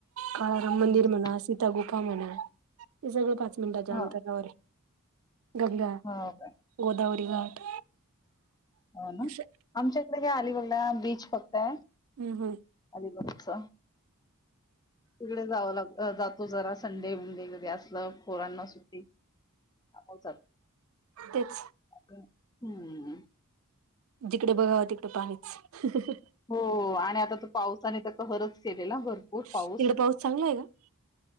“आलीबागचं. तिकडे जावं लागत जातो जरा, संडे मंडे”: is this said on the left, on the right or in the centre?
Left